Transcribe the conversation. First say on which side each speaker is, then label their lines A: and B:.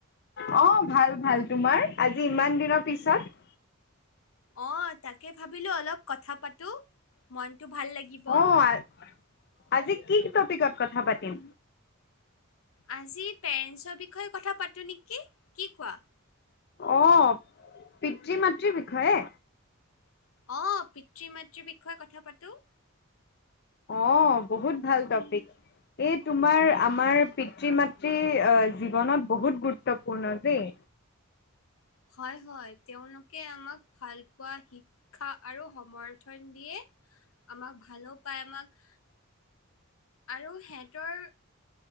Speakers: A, on the left; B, on the left.
A: অ', ভাল-ভাল, তোমাৰ? আজি ইমান দিনৰ পিছত?
B: অ', তাকে ভাবিলো অলপ কথা পাতো। মনটো ভাল লাগিব।
A: অ, আ আজি কি টপিকত কথা পাতিম?
B: আজি পেৰেণ্টছৰ বিষয়ে কথা পাতোঁ নেকি, কি কোৱা?
A: অ, পিতৃ-মাতৃৰ বিষয়ে?
B: অ, পিতৃ-মাতৃৰ বিষয়ে কথা পাতো।
A: অ, বহুত ভাল টপিক। এই তোমাৰ আমাৰ পিতৃ-মাতৃ আ জীৱনত বহুত গুৰুত্বপূৰ্ণ দেই।
B: হয়, হয়। তেওঁলোকে আমাক ভাল পোৱা শিক ক্ষা আৰু সমৰ্থন দিয়ে, আমাক ভালো পায়। আমাক আৰু সেহঁতৰ